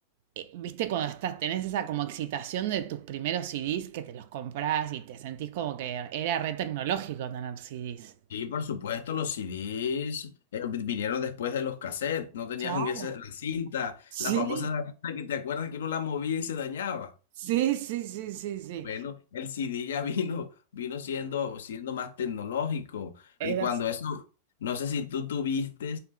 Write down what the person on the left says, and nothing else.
Sí, por supuesto, los CDs eh, vinieron después de los cassettes, no tenían
ese, la cinta, la
famosa cinta que te acuerdas que uno la movía y se dañaba.
Bueno, el CD ya <laughs> vino, vino siendo, siendo más tecnológico.
Y cuando
eso, no sé si tú tuviste